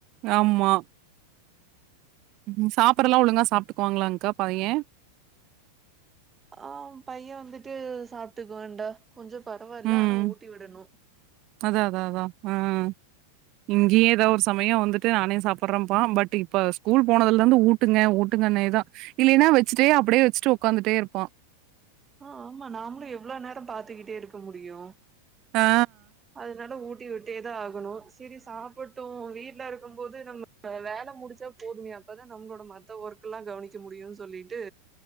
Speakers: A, on the right; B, on the right.
A: ஆமா ம் சாப்பிடறலா ஒழுங்கா சாப்பிட்டுக்குவாங்களாக்கா பைய
B: ஆ பைய வந்துட்டு சாப்டுக்குவாண்டா கொஞ்ச பரவா இல்ல
A: ம்.
B: ஆனா ஊட்டி விடணு
A: அதான் அதான் அதான். ஆ. இங்கேயே ஏதாவ ஒரு சமய வந்துட்டு நானே சாப்பிடடுறேன்பா பட் இப்ப ஸ்கூல் போனதுல இருந்து ஊட்டுங்க ஊட்டுங்க நே தா இல்லினா வச்சுட்டே அப்டியே வச்சுட்டு உடக்காந்துட்டே இருப்பா
B: ஆ ஆமா நாமளு எவ்ளோ நேரம் பாத்துக்கிட்டே இருக்க முடியு
A: ஆ
B: அதனால ஊட்டி விட்டே தா ஆகணு சேரி சாப்புட்டு வீட்ல இருக்கு போது நம்ம வேல முடிச்சா போதுமே அப்போதா நம்மளோட மத்த ஒர்க் க்கெல்லா கவனிக்க முடியுனு சொல்லிட்டு